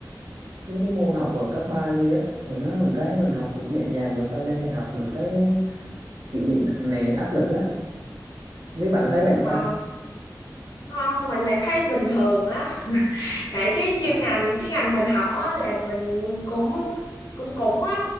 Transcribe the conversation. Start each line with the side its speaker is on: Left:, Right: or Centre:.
Right: những cái môn học hồi cấp 3 kia á hồi đó mình thấy mình học cũng nhẹ nhàng mà sao lên đại học mình thấy kiểu bị nặng nề áp lực á mấy bạn
Left: vậy
Right: có thấy vậy không
Left: hả?
Right: ta
Left: Không, mình lại thấy bình thường á. Tại cái chuyên
Right: à
Left: ngành, cái ngành mình học á là mình cũng cũng cũng á.